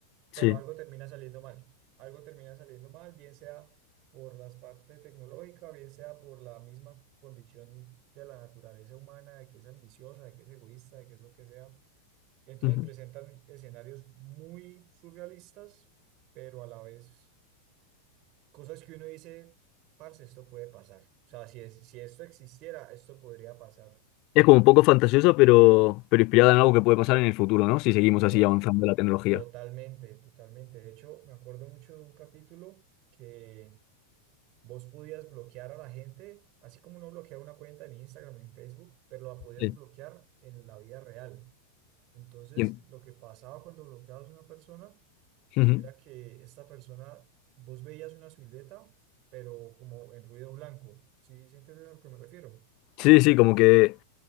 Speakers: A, on the right; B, on the left.
A: pero
B: Sí.
A: algo termina saliendo mal, algo termina saliendo mal, bien sea por la parte tecnológica, bien sea por la misma condición de la naturaleza humana, de que es ambiciosa, de que es egoísta, de que es lo que sea entonces
B: ujú.
A: presentan escenarios muy surrealistas, pero a la vez cosas que uno dice, parce, esto puede pasar. O sea, si, es, si esto existiera, esto podría pasar.
B: Es como un poco fantasiosa, pero, pero inspirada en algo que puede pasar en el futuro, ¿no? Si seguimos así
A: To-
B: avanzando la tecnología.
A: totalmente, totalmente. De hecho, me acuerdo mucho de un capítulo que vos podías bloquear a la gente, así como uno bloquea una cuenta en Instagram, en Facebook, pero la podías
B: Sí.
A: bloquear en la vida real. Entonces,
B: Y en-
A: lo que pasaba cuando bloqueabas a una persona
B: ujú.
A: Era que esta persona, vos veías una silueta, pero como en ruido blanco. ¿Sí, sí entiendes a lo que me refiero?
B: Sí, sí, como que